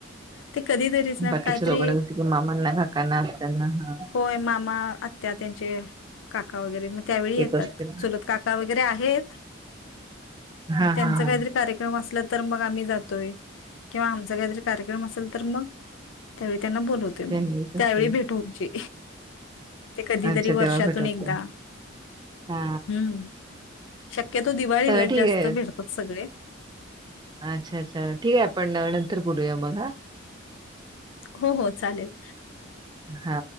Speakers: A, on the left; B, on the right.
A: ते कधीतरीच ना
B: बाकीच्या
A: काहीतरी
B: लोकांना कस मामांना काकांना आत्यांना हा
A: होय मामा आत्या त्यांचे काका वगैरे म त्यावेळी
B: येत
A: येतात
B: असतील
A: चूलत काका वगैरे आहेत.
B: हा
A: मग त्यांच
B: हा हा
A: काहीतरी कार्यक्रम असल तर मग आम्ही जातोय किंवा आमचा काहीतरी कार्यक्रम असेल तर मग त्या त्यांना बोलवतोय मग
B: त्यांनी येत असतील
A: त्यावेळी भेटू व्हायची ते कधीतरी
B: अच्छा
A: वर्षातून
B: तेव्हा भेट होते
A: एकदा
B: हा
A: हम्म शक्यतो दिवाळीलाच
B: तर ठीक
A: जास्त
B: आहे
A: फिरतात सगळे
B: अच्छा अच्छा ठीक आहे आपण नंतर बोलूया मग हा
A: हो हो चालेल
B: हा